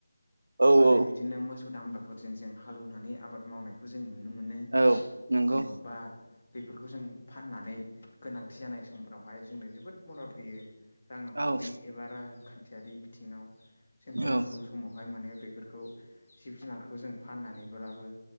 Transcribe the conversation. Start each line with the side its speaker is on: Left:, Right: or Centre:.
Right: औ
Left: आरो
Right: औ
Left: बिदिनो मोसौ दामब्राफोरजों जों हालेवनानै आबाद मावनायखौ जों नुनो मोनो
Right: औ नंगौ
Left: औ बा बेफोरखौ जों फाननानै गोनांथि जानाय समफोरावहाय जोंनो जोबोद मदद होयो रां खावरि
Right: औ
Left: एबा रांखान्थियारि बिथिङाव जोंखौ
Right: औ
Left: नांगौ समावहाय माने बे बेफोरखौ जिब जुनारखौ जों फाननानैब्लाबो